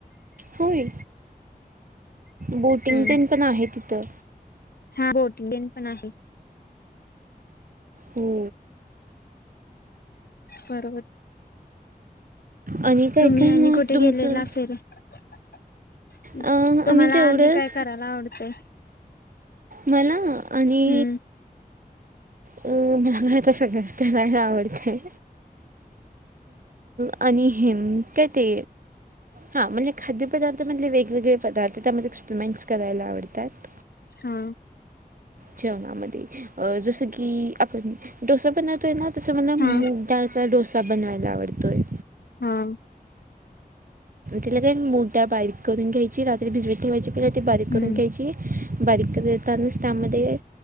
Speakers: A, on the right; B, on the left.
A: होय. बोटिंग
B: हम्म
A: तेन पण आहे तिथं.
B: हा बोटिंग डेन पण आहे.
A: हो.
B: बरोबर.
A: आणि काय
B: तुम्ही
A: काय
B: आणि
A: मग
B: कुठे
A: तुमचं?
B: गेलेला फिराय?
A: अ
B: तुम्हाला
A: आम्ही तेवढंच
B: आणि काय करायला आवडतय.
A: मला आणि,
B: हम्म
A: अ- मला घरातल सगळंच करायला आवडतंय. <inaudible> आणि हे, काय ते. हां, म्हणजे खाद्यपदार्थ मधले वेगवेगळे पदार्थ त्यामध्ये एक्सप्रीमेंट्स करायला आवडतात.
B: हा.
A: जेवणामध्ये. अ-जसं की, आपण डोसा बनवतोय ना, तसं मला मूग
B: हा
A: डाळचा डोसा बनवायला आवडतोय.
B: हा.
A: तिला काय मूग डाळ बारीक करून घ्यायची. रात्री भिजवीत ठेवायची परत ती बारीक
B: हम्म
A: करून घ्यायची. बारीक करतानाच त्यामध्ये,